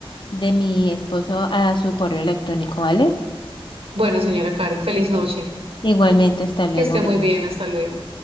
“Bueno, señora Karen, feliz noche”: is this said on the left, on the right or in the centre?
Right